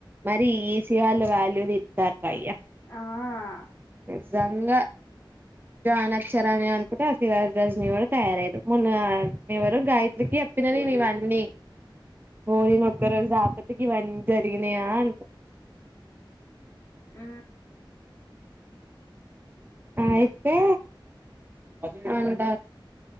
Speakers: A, on the right; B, on the left.
A: మరి ఏసి వాళ్ళ వాల్యూని జార్ప య్య
B: ఆ ఆ
A: స గాని అక్షరాలు. ని అనుకుంటే ఆ సినరాజ రజ్నివరు తయారయ్యదు మొన్న ఎవరు గాయత్రికి చెప్పిన నేను ఇవన్నీ ఓ ఈ ఒక రోజు ఈ ఇవన్నీ అన్ని జరిగినాయా అ
B: అ
A: ఆయితే అంట